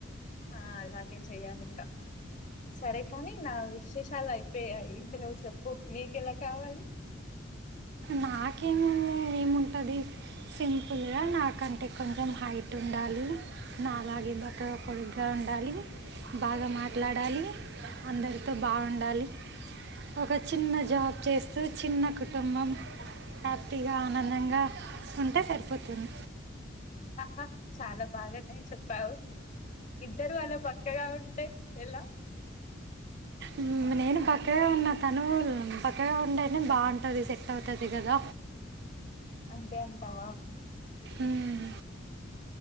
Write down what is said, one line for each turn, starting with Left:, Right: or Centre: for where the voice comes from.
Left: హా అలాగే చెయ్యాలి ఇంకా సరే కని నా విశేషాలు అయిపోయాయి ఇంక నువ్ చెప్పు నీకు ఎలా కావాలి
Right: నాకేమ్ ఇంక ఏముంటది సింపుల్గా నాకంటే కొంచెం హైట్ ఉండాలి నాలాగె బట్ట పొడుగ్గా ఉండాలి బాగ మాట్లాడాలి అందరికి తో బాగుండాలి ఒక చిన్న జాబ్ చేస్తూ చిన్న కుటుంబం హప్పీగా ఆనందంగా ఉంటె సరి పోతున్
Left: ఆహా చాల బాగానే చెప్పావు ఇద్దరు అలా బక్కగా ఉంటె ఎలా
Right: ఉమ్ నేను బక్క తనూ బ చక్కగా ఉంటేనే బాగుంటది తోతదిగదా
Left: ఎమ్ బహ
Right: ఉమ్